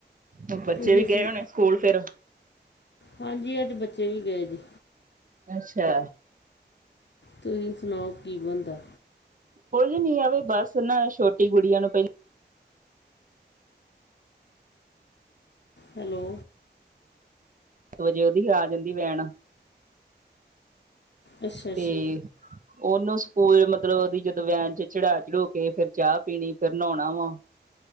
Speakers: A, on the right; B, on the left.
A: ਹੂਨ ਬੱਚੇ
B: ਤੁਸੀਂ
A: ਵੀ
B: ਸੁਣ
A: ਗਏ ਹੋਨੇ ਸਕੂਲ ਫਿਰ
B: ਹਾਂਜੀ ਅੱਜ ਬੱਚੇ ਵੀ ਗਏ ਜੇ
A: ਅੱਛਾ।
B: ਤੁਸੀਂ ਸੁਨਾਓ ਕੀ ਬਨਦਾ
A: ਕੁਝ ਨੀ ਆਵੇ ਬਸ ਨਾ ਐ ਛੋਟੀ ਗੁੜੀਆਂ ਨੂੰ ਪਹਿਲਾਂ
B: ਹੈਲੋ।
A: ਵਦੀਆ ਉਹਦੀ ਵੀ ਆ ਜਾਂਦੀ ਵੈਨ
B: ਅੱਛਾ ਅੱਛਾ
A: ਤੇ। ਉਹਨੂੰ ਸਕੂਲ ਮਤਲਬ ਉਹਦੀ ਜਦੋਂ ਵੈਨ ਚ ਚੜਾ-ਚੜੂ ਕੇ ਫੇਰ ਚਾਹ ਪੀਨੀ ਫੇਰ ਨਾਉਣਾ ਵਾ